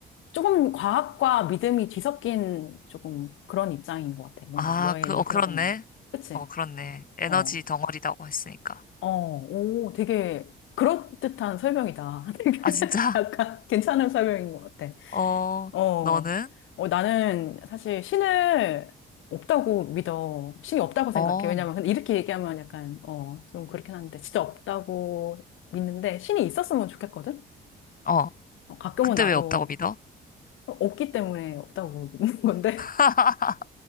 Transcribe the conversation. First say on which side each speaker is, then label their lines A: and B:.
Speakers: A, on the left; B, on the left.
A: 조금 과학과 믿음이 뒤섞인 조금 그런 입장인 것 같아. 뭔가
B: 아,
A: 너의
B: 그,
A: 얘기
B: 어, 그렇네.
A: 들어보면. 그치?
B: 어, 그렇네. 에너지
A: 어,
B: 덩어리라고 했으니까.
A: 어, 오, 되게 그럴듯한 설명이다. <laughs> 되게
B: 아, 진짜?
A: 약간 괜찮은 설명인 것 같아.
B: <laughs> 어,
A: 어,
B: 너는?
A: 어, 나는 사실 신을 없다고 믿어. 신이 없다고 생각해.
B: 어,
A: 왜냐면, 근데 이렇게 얘기하면 약간, 어, 좀 그렇긴 한데, 진짜 없다고 믿는데, 신이 있었으면 좋겠거든?
B: 어.
A: 어, 가끔은
B: 근데
A: 나도
B: 왜 없다고 믿어?
A: 없기 때문에 없다고 믿는 건데,
B: <laughs>